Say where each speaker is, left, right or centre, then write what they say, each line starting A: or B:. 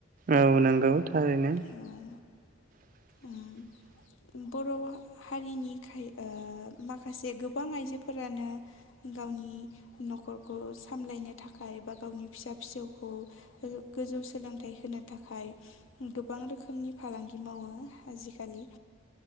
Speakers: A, on the right; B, on the left.
A: औ नंगौ थारैनो
B: औ
A: <inaudible>
B: उम बर' हारिनि खाय ओ माखासे गोबां आइजोफोरानो गावनि न'खरखौ सामलायनो थाखाय बा गावनि फिसा फिसौखौ गोजौ सोलोंथाइ होनो थाखाय गोबां रोखोमनि फालांगि मावो आजिखालि